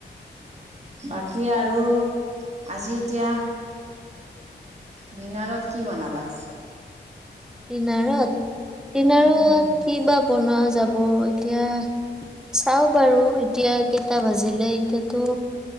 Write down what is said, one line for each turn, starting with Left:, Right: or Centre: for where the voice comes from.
Right: বাকী আৰু আজি এতিয়া? ডিনাৰত কি বনাবা?
Centre: ডিনাৰত, ডিনাৰত
Right: উম,
Centre: কি বা বনোৱা যাব হ'ব এতিয়া চাও বাৰু এতিয়া কেইটা বাজিলে এতিয়াতো